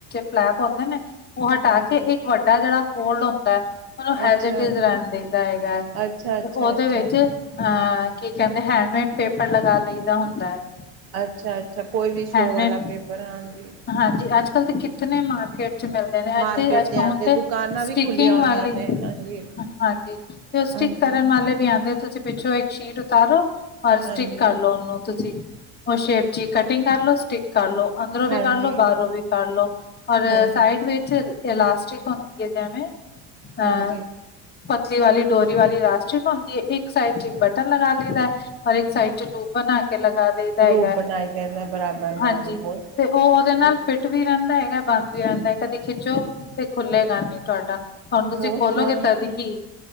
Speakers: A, on the left; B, on the right.
A: ਫਲੈਪ ਹੁੰਦੇ ਨੇ। ਓ ਹਟਾ
B: ਹਾਂਜੀ
A: ਕੇ ਇੱਕ ਵੱਡਾ ਜਿਹੜਾ ਫੋਲਡ ਹੁੰਦਾ ਓਨੂੰ
B: ਅੱਛਾ
A: ਐਜਇਟਜ ਰਹਿਣ ਦੇਈਦਾ ਹੈਗਾ। ਤੇ
B: ਅੱਛਾ ਅੱਛਾ
A: ਉਹਦੇ
B: ਅੱਛਾ
A: ਵਿੱਚ
B: ਅੱਛਾ
A: ਅਹ ਕੀ ਕਹਿੰਦੇ ਹੈਂਡਮੇਡ ਪੇਪਰ ਲਗਾ, ਲਈ ਦਾ ਹੁੰਦਾ ਹੈ।
B: ਅੱਛਾ-ਅੱਛਾ, ਕੋਈ ਵੀ ਸ਼ੋਅ
A: ਹੈਂਡਮੇਡ
B: ਵਾਲਾ ਪੇਪਰ ਹਾਂਜੀ।
A: ਹਾਂਜੀ, ਅੱਜ-ਕੱਲ ਤੇ ਕਿਤਨੇ ਮਾਰਕੀਟ, ਮਿਲਦੇ ਨੇ
B: ਮਾਰਕੀਟ
A: ਇਥੇ ਅੱਜ-ਕੱਲ
B: ਆਂਦੇ
A: ਹੁਣ ਤੇ
B: ਦੁਕਾਨਾਂ
A: ਸਟਕਿੰਗ
B: ਵੀ ਖੁੱਲੀਆਂ ਹੋਈਆਂ
A: ਵਾਲੀ
B: ਨੇ ਹਾਂਜੀ
A: ਹਾਂਜੀ, ਤੇ ਉਹ ਸਟਕ
B: ਹਾਂਜੀ
A: ਕਰਨ ਵਾਲੇ ਵੀ ਆਉਂਦੇ ਤੁਸੀਂ ਪਿੱਛੋਂ ਇੱਕ ਸ਼ੀਟ ਉਤਾਰੋ ਔਰ ਸਟਿੱਕ
B: ਹਾਂਜੀ
A: ਕਰਲੋ, ਉਹਨੂੰ ਤੁਸੀਂ ਉਹ ਸ਼ੇਪ ਚ ਕੱਟ ਕਟਿੰਗ ਕਰਲੋ ਸਟਕ ਕਰ ਲੋ ਅੰਦਰੋਂ ਵੀ
B: ਹਾਂਜੀ
A: ਕਰ ਲੋ ਬਾਹਰੋਂ ਵੀ ਕ ਲੋ ਔਰ
B: ਹਾਂਜੀ
A: ਸਾਈਡ ਵਿੱਚ ਇਹ ਲਾਸਟਿਕ ਹੁੰਦੀ ਹੈ, ਜਿਵੇਂ ਅਹ
B: ਹਾਂਜੀ
A: ਪਤਲੀ ਵਾਲੀ ਡੋਰੀ ਵਾਲੀ ਰਾਸਟਿਕ ਹੁੰਦੀ ਏ, ਇਕ ਸਾਈਡ ਚ ਇੱਕ ਬਟਨ ਲਗਾ ਲਈਦਾ ਹੈ। ਔਰ ਇੱਕ ਸਾਈਡ 'ਚ ਲੂਪ ਬਣਾ ਕੇ ਲਗਾ ਦਈਦਾ ਹੈਗਾ
B: ਰੂਪ ਬਣਾਏ ਹੋਏ ਨੇ ਬਰਾਬਰ ਬਰਾਬਰ
A: ਹਾਂਜੀ,
B: ਬਹੁਤ
A: ਤੇ ਉਹ ਉਹਦੇ ਨਾਲ
B: ਬਹੁਤ
A: ਫਿਟ ਟੁਟ ਵੀ ਰਹਿੰਦਾ ਹੈਗਾ ਬੰਦ ਵੀ ਰਹਿਦਾ ਹੈ, ਕਦੀ ਖਿੱਚੋ ਤੇ ਖੁੱਲੇਗਾ ਨੀ ਤੁਹਾਡਾ, ਤੁਹਾਨੂੰ ਤੁਸੀ
B: ਬਹੁਤ
A: ਖੋਲੋਗੇ
B: ਸੋਹਣਾ
A: ਤਦ ਹੀ